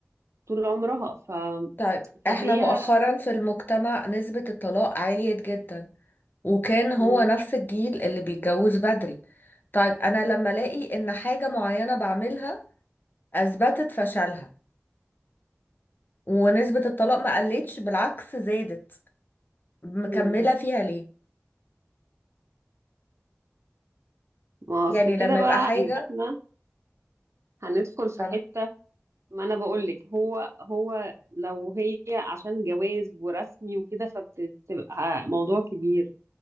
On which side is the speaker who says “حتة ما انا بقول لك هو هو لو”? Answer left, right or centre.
Right